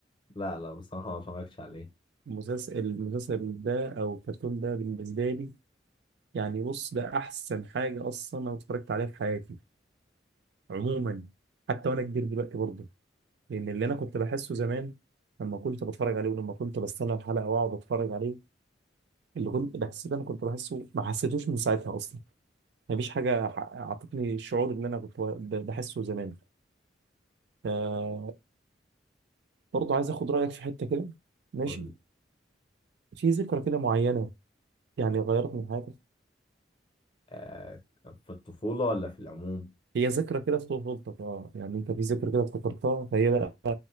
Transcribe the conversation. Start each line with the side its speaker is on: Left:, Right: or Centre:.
Left: لا لا بصراحة ما اتفرجتش عليه
Right: المسلسل المسلسل ده او الكرتون ده بالنسبه لي يعني بص ده احسن حاجه اصلا انا اتفرجت عليها في حياتي عموما حتى وانا كبير دلوقتي برضه لان اللي انا كنت بحسه زمان لما كنت بتفرج عليه ولما كنت بستنى الحلقه واقعد اتفرج عليه اللي كنت بحس ده انا كنت بحسه ما حسيتوش من ساعتها اصلا مفيش حاجه ح- اعطتني الشعور اللي انا كنت ب- بحسه زمان ف- برضه عايز اخد رايك في حته كده ماشي
Left: قول
Right: في ذكرى كده معينه يعني غيرت من حياتك
Left: آه في الطفولة ولا في العموم
Right: هي ذكرى كده في طفولتك اه يعني انت في ذكرى كده افتكرتها فهي بقى